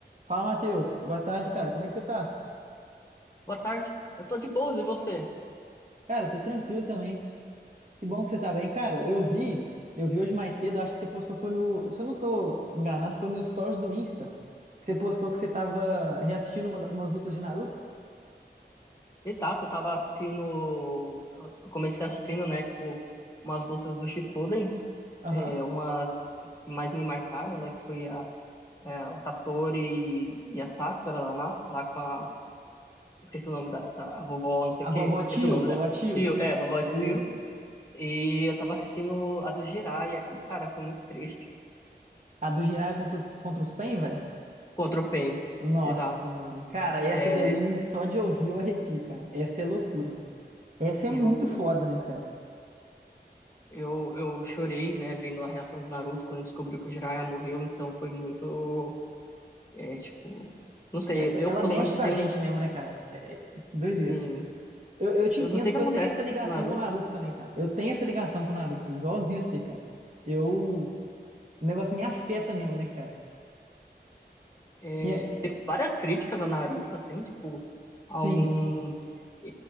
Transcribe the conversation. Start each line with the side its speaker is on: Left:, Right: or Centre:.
Right: Fala, Matheus. Boa tarde, cara. Como é que você tá?
Left: Boa tarde, eu tô de boas, e você?
Right: Cara, tô tranquilo também. Que bom que você tá bem. Cara, eu vi, eu vi hoje mais cedo, acho que você postou foi no, se eu não tô enganado, foi nos stories do Insta, que você postou que você tava reassistindo uma da- umas lutas de Naruto.
Left: Exato, eu tava assistindo, eu comecei assistindo, né, tipo, umas lutas do Shippuden,
Right: Aham.
Left: é, umas que mais me marcaram, né, que foi a, é, o Satori e e a Sakura lá, na- lá com a, esqueci o nome da, da- a vovó, não sei o
Right: A
Left: que,
Right: vovó
Left: esqueci
Right: Tio,
Left: o nome
Right: vovó
Left: dela,
Right: Tio.
Left: tio é, vovó
Right: Isso.
Left: tio e eu tava assistindo a do Jiraiya, e cara, foi muito triste,
Right: A do Jiraiya contra, o- contra os Pain, velho.
Left: contra o Pain,
Right: Nossa,
Left: exato,
Right: mano. Cara, essa
Left: é,
Right: daí só de ouvir eu arrepio, cara. Essa é loucura. mano. Essa
Left: eu
Right: é muito foda, né, cara?
Left: Eu, eu chorei, né, vendo a reação do Naruto quando descobriu que o Jiraiya morreu, então foi muito, é, tipo, não sei,
Right: É-
Left: eu
Right: é- ela
Left: pelo
Right: mexe
Left: menos
Right: com
Left: tenho,
Right: a gente
Left: um,
Right: mesmo, né, cara? É, é doideira.
Left: assim,
Right: Eu, eu te
Left: eu
Right: entendo
Left: não sei o que
Right: que
Left: acontece
Right: eu tenho essa ligação
Left: com o Naruto,
Right: com o Naruto também, cara. Eu tenho essa ligação com o Naruto, igualzinho você, cara. Eu. O negócio me afeta mesmo, né, cara?
Left: É,
Right: E é,
Left: eu tenho várias críticas a Naruto, assim, tipo, alguns
Right: sim,
Left: é,